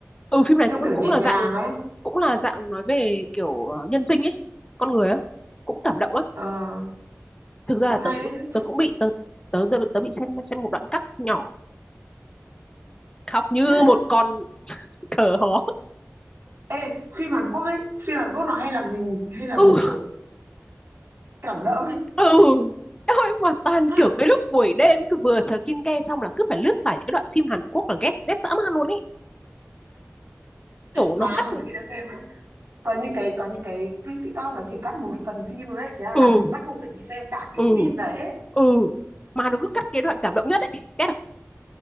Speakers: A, on the left; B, on the right.
A: ừ phim này
B: trông
A: cũng
B: kiểu nhẹ
A: cũng là
B: nhàng
A: dạng
B: ấy
A: cũng là dạng nói về kiểu ờ, nhân sinh ấy con người á cũng cảm động á
B: ờ
A: thực ra
B: trông
A: là
B: hay
A: tớ
B: đấy chứ trông
A: tớ cũng bị tớ tớ tớ, tớ bị xem xem một đoạn cắt nhỏ khóc như
B: <laughs>
A: một con cờ hó
B: ê phim Hàn Quốc ấy phim Hàn Quốc nó hay làm mình hay là
A: ừ
B: mình kiểu cảm động
A: ừ Ôi mà toàn
B: <laughs>
A: kiểu cái lúc buổi đêm cứ vừa sờ kin ke xong là cứ phải lướt phải những cái đoạn phim Hàn Quốc là ghét ghét dã man luôn ý kiểu
B: mà
A: nó cắt
B: một khi đã xem á có những cái có những cái clip TikTok nó chỉ cắt một phần phim thôi ấy thế là làm
A: ừ
B: mình bắt buộc phải đi xem cả cái
A: ừ
B: phim đấy ấy.
A: ừ mà nó cứ cắt cái đoạn cảm động nhất ấy ghét không